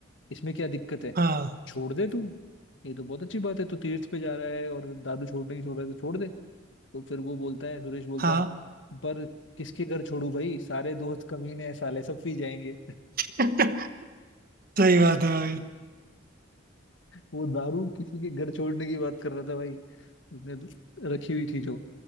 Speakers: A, on the left; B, on the right.
A: इसमें क्या दिक्कत है
B: हाँ
A: छोड़ दे तू ये तो बहुत अच्छी बात है तू तीर्थ पे जा रहा है और दादू छोड़ने नहीं छोड़ रहा है तो छोड़ दे तो फिर वो बोलता है सुरेश बोलता
B: हाँ
A: है पर किसके घर छोड़ू भाई सारे दोस्त कमीने हैं साले सब पी जाएंगे
B: <laughs> सही बात
A: <laughs>
B: है भाई
A: वो दारू किसी के घर छोड़ने की बात कर रहा था भाई उसने रखी हुई थी जो